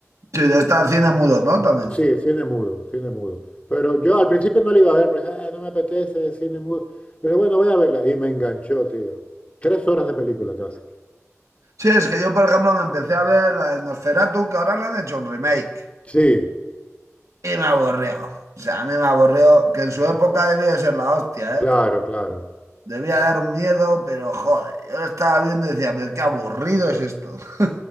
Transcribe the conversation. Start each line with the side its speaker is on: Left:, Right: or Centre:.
Right: Sí, de estar cine mudo, ¿no? También.
Left: Sí, cine mudo, cine mudo. Pero yo al principio no la iba a ver, porque "Ah, no me apetece cine mudo. Pero bueno, voy a verla. Y me enganchó, tío. Tres horas de película casi.
Right: Sí, es que yo, por ejemplo, me empecé a ver la de Nosferatu, que ahora le han hecho un remake.
Left: Sí,
Right: Y me aburrió. O sea, a mí me aburrió, que en su época debió de ser la hostia,
Left: claro,
Right: ¿eh?
Left: claro.
Right: Debía dar un miedo, pero joder, yo lo estaba viendo y decía, pero qué aburrido es esto. <laughs>